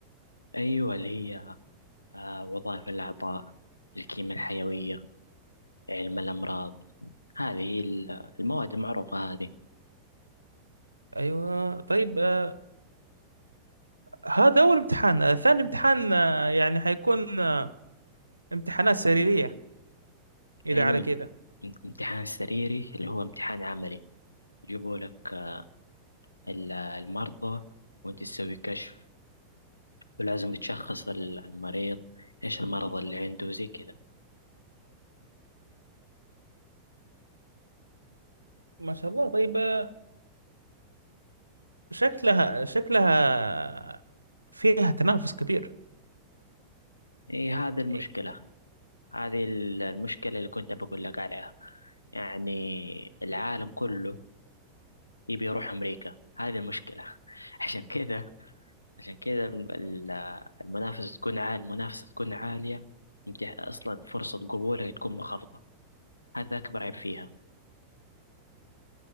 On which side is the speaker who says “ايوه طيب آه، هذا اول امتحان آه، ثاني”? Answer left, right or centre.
Right